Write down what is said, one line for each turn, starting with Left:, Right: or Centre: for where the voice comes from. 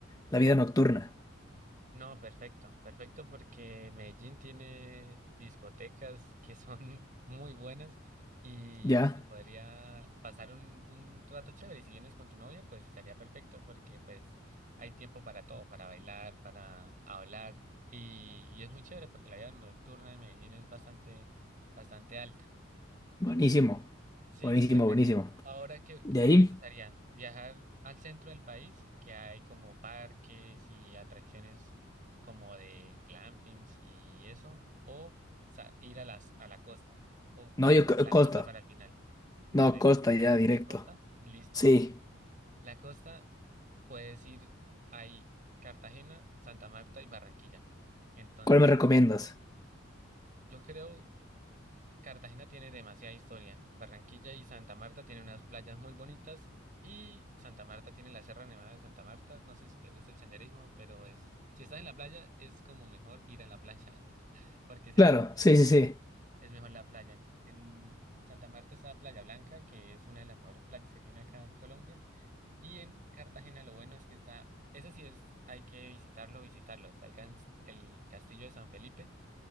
Left: la vida nocturna.
Right: No, perfecto, perfecto porque Medellín tiene discotecas que son <laughs> muy buenas y
Left: Ya,
Right: se podría pasar un, un rato chévere. Y si vienes con tu novia, pues estaría perfecto porque pues hay tiempo para todo, para bailar, para hablar y, y es muy chévere porque la vida nocturna de Medellín es bastante, bastante alta.
Left: buenísimo,
Right: Sí,
Left: buenísimo,
Right: perfecto.
Left: buenísimo.
Right: Ahora, ¿qué,
Left: De
Right: qué
Left: ahí,
Right: te gustaría? ¿Viajar al centro del país, que hay como parques y atracciones como de glampings y eso? ¿O sa- ir a las, a la costa? ¿O quieres
Left: no, yo co-
Right: a la
Left: Costa,
Right: costa para el final? No
Left: no,
Right: sé.
Left: Costa ya directo.
Right: ¿Costa? Listo.
Left: Sí,
Right: La costa puedes ir ahí, Cartagena, Santa Marta y Barranquilla. Entonces,
Left: ¿cuál me recomiendas?
Right: yo creo Cartagena tiene demasiada historia. Barranquilla y Santa Marta tienen unas playas muy bonitas y Santa Marta tiene la Sierra Nevada de Santa Marta. No sé si te gusta el senderismo, pero es, si estás en la playa, es como mejor ir a la playa, <laughs> porque si
Left: Claro,
Right: hay poco
Left: sí,
Right: tiempo,
Left: sí, sí.
Right: es mejor la playa. En, en Santa Marta está Playa Blanca, que es una de las mejores playas que tiene acá Colombia. Y en Cartagena lo bueno es que está, eso sí es, hay que visitarlo, visitarlo. Está el, cas- el Castillo de San Felipe